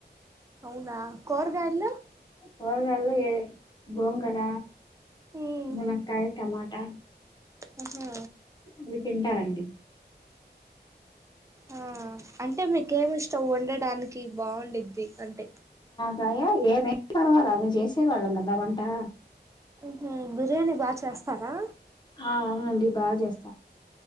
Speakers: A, on the right; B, on the left.
A: అవునా కూరగాయల్లో
B: కూరగాయలో ఏది గోంగోర
A: ఉమ్
B: మునాకై టమాటా
A: ఉహు
B: మీరు తింటారండి
A: ఆ అంటే మీకేం ఇష్టం వండడానికి బాగుంద్ది అంటే
B: రాయా ఏదైనా పర్వాలా మేము చేసేవాళ్ళం కదవంటా
A: ఊహ్మ్ బిర్యానీ బా చేస్తారా
B: ఆ అవునండి బా చేస్తా